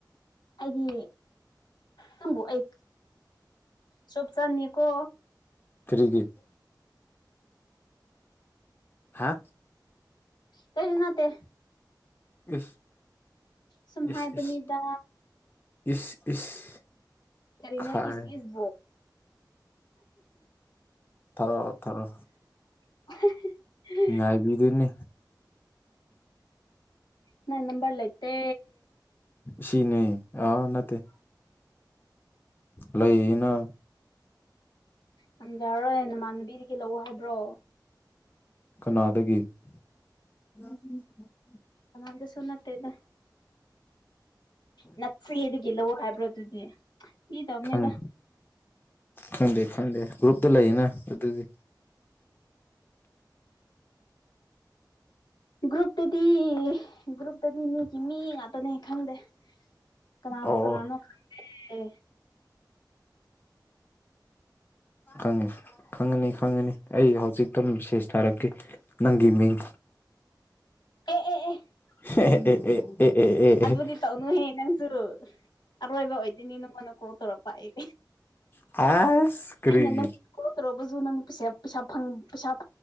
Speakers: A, on the left; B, on the left.
A: ꯑꯩꯗꯤ ꯅꯪꯕꯨ ꯑꯩ ꯆꯣꯞ ꯆꯅꯤꯀꯣ
B: ꯀꯔꯤꯒꯤ ꯍꯥ
A: ꯀꯔꯤꯁꯨ ꯅꯠꯇꯦ
B: ꯏꯁ
A: ꯁꯨꯝ
B: ꯏꯁ
A: ꯍꯥꯏꯕꯅꯤꯗ
B: ꯏꯁ ꯏꯁ ꯏꯁ
A: ꯀꯔꯤꯅꯣ
B: ꯈꯥꯏ
A: ꯏꯁ ꯏꯁꯕꯣ
B: ꯇꯧꯔꯛꯑꯣ ꯇꯔꯣ
A: <unintelligible>
B: ꯉꯥꯏꯕꯤꯗꯨꯏꯅꯦ
A: ꯅꯪ ꯅꯝꯕꯔ ꯂꯩꯇꯦ
B: ꯁꯤꯅꯦ ꯑꯥ ꯅꯠꯇꯦ ꯂꯩꯌꯦꯅ
A: ꯉꯝꯖꯔꯔꯣꯏ ꯅꯃꯥꯟꯅꯕꯤꯗꯒꯤ ꯂꯧꯑꯣ ꯍꯥꯏꯕ꯭ꯔꯣ
B: ꯀꯅꯥꯗꯒꯤ <unintelligible>
A: ꯀꯅꯗꯁꯨ ꯅꯠꯇ‌ꯦꯗ ꯅ ꯐ꯭ꯔꯤꯗꯒꯤ ꯂꯧꯑꯣ ꯍꯥꯏꯕ꯭ꯔꯣ ꯑꯗꯨꯗꯤ ꯐꯥꯒꯤ ꯇꯧꯕꯅꯤꯗ
B: ꯈꯪ ꯈꯪꯗꯦ ꯈꯪꯗꯦ ꯒ꯭ꯔꯨꯞꯇ ꯂꯩꯌꯦꯅ ꯑꯗꯨꯗꯤ
A: ꯒ꯭ꯔꯨꯞꯇꯗꯤ ꯒ꯭ꯔꯨꯞꯇꯗꯤ ꯃꯤꯒꯤ ꯃꯤ ꯉꯥꯛꯇꯅꯦ ꯈꯪꯗꯦ ꯀꯅꯥꯕꯨ
B: ꯑꯣ
A: ꯀꯅꯥꯅꯣ ꯈꯪꯗ‌ꯦ
B: ꯈꯪꯉꯦ ꯈꯪꯉꯅꯤ ꯈꯪꯒꯅꯤ ꯑꯩ ꯍꯧꯖꯤꯛꯇꯣ ꯃꯦꯁꯦꯁ ꯊꯥꯔꯛꯀꯦ ꯅꯪꯒꯤ ꯃꯤꯡ
A: ꯑꯦ ꯑꯦ ꯑꯦ
B: ꯑꯦ ꯑꯦ ꯑꯦ ꯑꯦ ꯑꯦ
A: ꯑꯗꯨꯗꯤ
B: ꯑꯦ
A: ꯇꯧꯅꯨꯍꯦ ꯅꯪꯁꯨ ꯑꯔꯣꯏꯕ ꯑꯣꯏꯗꯣꯏꯅꯤ ꯅꯉꯣꯟꯅ ꯀ‌ꯣꯜ ꯇꯧꯔꯛꯄ ꯑꯩ
B: ꯑꯁ ꯀꯔꯤꯒꯤ
A: ꯑꯩꯅ ꯅꯪ ꯀꯣꯜ ꯇꯧꯔꯛꯄꯁꯨ ꯅꯪ ꯄꯩꯁꯥ ꯄꯩꯁꯥ